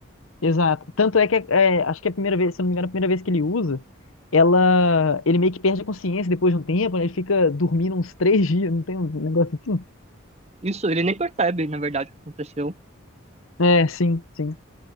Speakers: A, on the left; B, on the right.
A: exato. Tanto é que é, acho que é a primeira vez, se eu não me engano, a primeira vez que ele usa, ela. Ele meio que perde a consciência depois de um tempo, né? Ele fica dormindo uns três dias, não tem um negócio assim?
B: Isso, ele nem percebe, na verdade, o que aconteceu.
A: É, sim, sim.